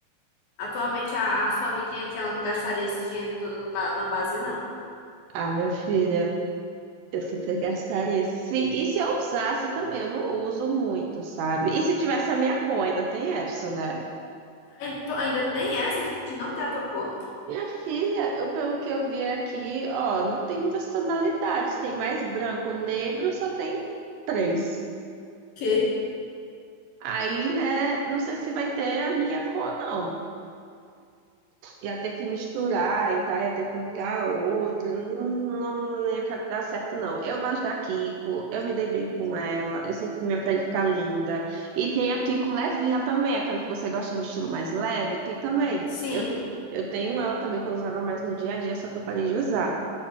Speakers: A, on the left; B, on the right.
A: atualmente a, a sua amiguinha aqui, ela não gastaria esse dinheiro todo no ba- na base, não.
B: Ah, minha filha, eu super gastaria. Se, e se eu usasse também, eu não uso muito, sabe? E se tivesse a minha cor, ainda tem essa, né?
A: Ai, tu Ainda tem essa de não ter a tua cor?
B: Minha filha, eu, pelo que eu vi aqui, ó, não tem muitas tonalidades, tem mais branco, negro, só tem três.
A: Que
B: Aí, né, não sei se vai ter a minha cor, não. Ia ter que misturar e tal, ia ter que comprar outra, não, não, não ia dar certo, não. Eu gosto da Kiko, eu me dei bem com ela, eu sinto que minha pele fica linda. E tem a Kiko levinha também, aquela que você gosta no estilo mais leve, tem também.
A: Sim.
B: Eu, te- eu tenho ela também que eu usava mais no dia a dia, só que eu parei de usar.